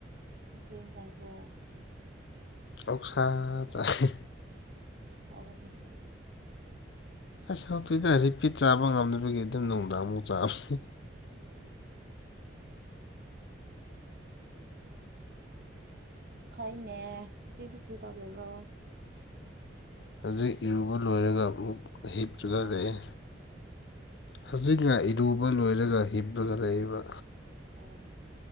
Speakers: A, on the right (about 55°); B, on the left (about 65°).
A: ꯀꯔꯤ ꯏꯟꯖꯥꯡꯅꯣ
B: ꯑꯣꯛꯁꯥ ꯆꯥꯏ
A: ꯍꯥꯎꯕꯅꯤꯅꯦ
B: ꯑꯁ ꯍꯥꯎꯇꯦꯗ ꯍꯧꯖꯤꯛꯇꯤ ꯆꯥꯕ ꯉꯝꯗꯕꯒꯤ ꯑꯗꯨꯝ ꯅꯨꯡꯗꯥꯡꯃꯨꯛ ꯆꯥꯕꯅꯤ
A: ꯎꯝ ꯍꯣꯏꯅꯦ ꯍꯧꯖꯤꯛꯇꯤ ꯀ꯭ꯔꯤ ꯇꯧ ꯂꯤꯕ꯭ꯔꯣ
B: ꯍꯧꯖꯤꯛ ꯏꯔꯨꯕ ꯂꯣꯏꯔꯒ ꯑꯃꯨꯛ ꯍꯤꯞꯇ꯭ꯔꯒ
A: ꯍꯥ
B: ꯂꯩꯌꯦ ꯍꯧꯖꯤꯛꯅ ꯏꯔꯨꯕ ꯂꯣꯏꯔꯒ ꯍꯤꯞꯄꯒ ꯂꯩꯔꯤꯕ
A: ꯑꯣ